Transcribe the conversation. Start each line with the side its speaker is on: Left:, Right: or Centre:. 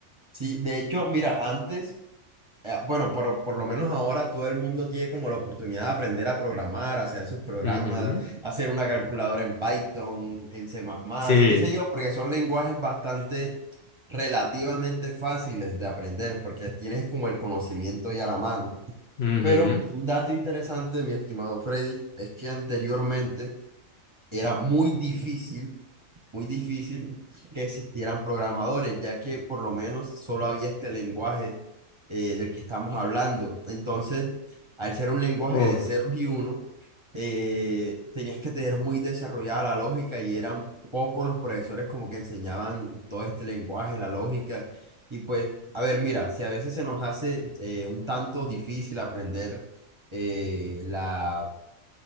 Right: Sí, de hecho, mira, antes, eh, bueno, por, por lo menos ahora todo el mundo tiene como la oportunidad de aprender a programar, a hacer sus programas,
Left: Ujú.
Right: hacer una calculadora en Python, en C++,
Left: Sí.
Right: qué sé yo, porque son lenguajes bastante relativamente fáciles de aprender, porque tienes como el conocimiento ya a la mano.
Left: Ujú.
Right: Pero un dato interesante, mi estimado Freddy, es que anteriormente era muy difícil, muy difícil que existieran programadores, ya que por lo menos solo había este lenguaje eh, del que estamos hablando. Entonces, al ser un lenguaje
Left: Uf.
Right: de ceros y uno, eh, tenías que tener muy desarrollada la lógica y eran pocos los profesores como que enseñaban todo este lenguaje, la lógica. Y pues, a ver, mira, si a veces se nos hace eh, un tanto difícil aprender eh, la